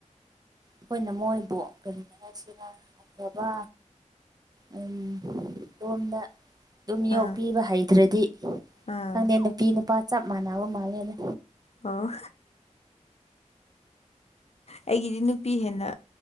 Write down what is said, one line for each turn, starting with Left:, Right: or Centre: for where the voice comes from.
Right: ꯑꯩꯈꯣꯏꯅ ꯃꯣꯏꯕꯨ ꯀꯔꯤ ꯍꯥꯏꯁꯤꯔ ꯑꯐꯕ ꯎꯝ ꯔꯣꯝꯗ ꯑꯗꯨꯝ
Left: ꯑꯥ
Right: ꯌꯣꯛꯄꯤꯕ ꯍꯩꯇ꯭ꯔꯗꯤ
Left: ꯑꯥ
Right: ꯈꯪꯗꯦ ꯅꯨꯄꯤ ꯅꯨꯄꯥ ꯆꯞ ꯃꯥꯟꯅꯕ ꯃꯥꯜꯂꯦꯗ
Left: ꯑꯣ ꯑꯩꯒꯤꯗꯤ ꯅꯨꯄꯤ ꯍꯦꯟꯅ